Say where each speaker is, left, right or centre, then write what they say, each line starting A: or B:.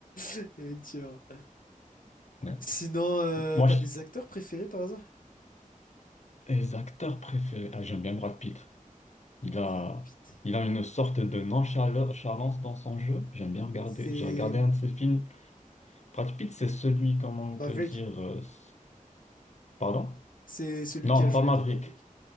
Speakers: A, on the left (about 75°); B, on the left (about 55°).
A: Effectivement.
B: Ouais.
A: Sinon, euh,
B: Moi,
A: t'as
B: je-
A: des acteurs préférés par hasard?
B: les acteurs préférés, ah, j'aime bien Brad Pitt. Il a,
A: Brad Pitt.
B: il a une sorte de nonchalance dans son jeu. J'aime bien regarder.
A: C'est
B: J'ai regardé
A: hmm,
B: un de ses films. Brad Pitt, c'est celui, comment
A: Maverick,
B: te dire, euh, c'est- pardon?
A: c'est celui
B: Non,
A: qui a joué
B: pas Maverick.
A: dans Maverick.